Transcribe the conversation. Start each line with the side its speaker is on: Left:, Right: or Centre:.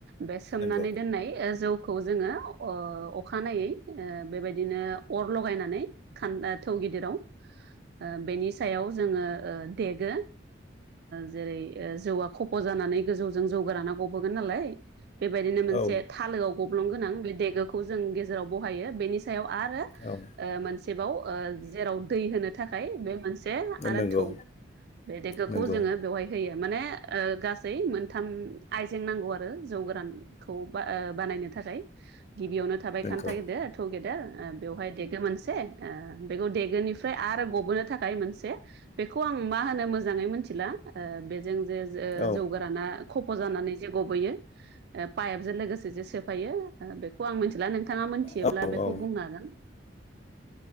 Right: बे सोमनानै
Left: नंगौ
Right: दोननाय जौखौ जोङो अखानायनायै बेबायदिनो अर लगायनानै खान्दा थौ गिदिराव बेनि सायाव जोङो देगो जेरै जौआ खफ जानानै गोजौजों जौ गोराना गबोगोन नालाय बेबायदिनो मोनसे
Left: औ
Right: थालोआव गब्लं गोनां बे देगोखौ जों गेजेराव बाहायो। बेनि सायाव आरो
Left: औ
Right: मोनसेबाव जेराव दै होनो थाखाय बे मोनसे से आरो
Left: नंगौ
Right: थौ बे दैखोखौ
Left: नंगौ
Right: जोङो बेवहाय होयो। माने ओ- गासै मोनथाम आइजें नांगौ आरो जौ गोरानखौ ओ- बानायनो थाखाय गिबियावनो थाबाय
Left: नंगौ
Right: खान्था गेदेर टु गेदेर बेवहाय ओ- देगो मोनसे ओ- बेखौ देगोनिफ्राय आरो गबोनो थाखाय मोनसे बेखौ आं मा होनो मोजाङै मिथिला ओ- बे जों जे ओ-
Left: औ
Right: जौ गोराना खफ' जानानै जे गबयो ओ- पाइपजों लोगोसे जे सेफायो ओ- बेखौ आं मिथिला नोंथाङा मोनथियोब्ला
Left: औ
Right: बेखौ
Left: ओ
Right: बुंनागोन।